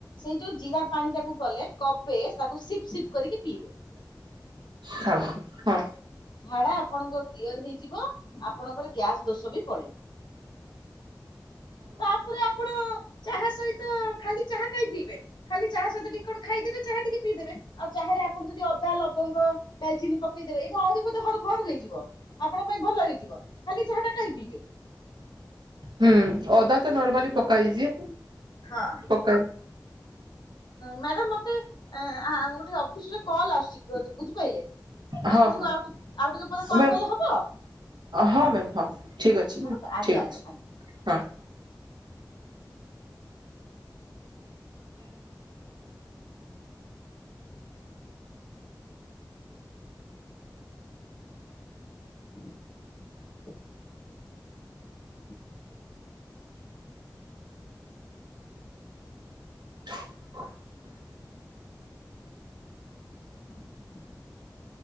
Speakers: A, on the left; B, on the right.
A: ସେଇ ଯୋଉ ଜିରା ପାଣି ଟାକୁ କଲେ କପେ ତାକୁ ସିପ୍ ସିପ୍ କରିକି ପିଇବେ।
B: ହଁ ହଁ।
A: ଝାଡା ଆପଣଙ୍କ କ୍ଲିଅର ହେଇଯିବ ଆପଣଙ୍କର ଗ୍ୟାସ ଦୋଷ ବି ପଳେଇବ। ତାପରେ ଆପଣ ଚାହା ସହିତ ଖାଲି ଚାହା କାଇଁ ପିଇବେ? ଖାଲି ଚାହା ସହିତ ଟିକେ କଣ ଖାଇଦେବେ ଚାହା ଟିକେ ପିଇଦେବେ ଆଉ ଚାହା ରେ ଆପଣ ଯଦି ଅଦା, ଲବଙ୍ଗ ଡାଲଚିନି ପକେଇଦେବେ ଏଇତ ଆହୁରି ଗୋଟେ ହଡ୍ ଭର ହେଇଯିବ। ଆପଣଙ୍କ ପାଇଁ ଭଲ ହେଇଯିବ। ଖାଲି ଚାହା ଟା କାଇଁ ପିଇବେ।
B: ହୁଁ, ଅଦା ତ ନର୍ମାଲି ପକହେଇଛି।
A: ହଁ
B: ପକା
A: ମ୍ୟାଡାମ ମତେ ଆଁ ଆମ ଗୋଟେ ଅଫିସରେ କଲ୍ ଆସୁଛି। ବୁଝିପାଇଲେ,
B: ହଁ
A: ଆପଣଙ୍କୁ
B: ହଁ
A: ଆଉ ଟିକ ଆଉ ଟିକେ ପରେ କଲ
B: ମ୍ୟାମ୍
A: କଲେ ହବ?
B: ହଁ ମ୍ୟାମ୍ ହଁ, ଠିକ୍ ଅଛି।
A: ହବ ତ ଆଜ୍ଞା
B: ଠିକ୍
A: ଆଜ୍ଞା
B: ଅଛି।
A: ଆଜ୍ଞା।
B: ହଁ।
A: <inaudible> <inaudible>
B: <inaudible>
A: <inaudible>